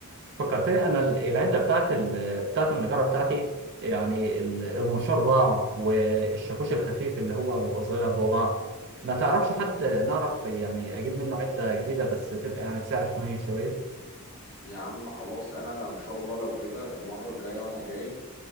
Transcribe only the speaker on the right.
فكرتني انا ال- العده بتاعت ال... بتاعت النجاره بتاعتي يعني ال- المنشار ضاع والشاكوش الخفيف اللي هو بيبقى صغير ده ضاع ما تعرفش حد نعرف يعني اجيب منه عده جديده بس تبقى يعني بسعر حنين شويه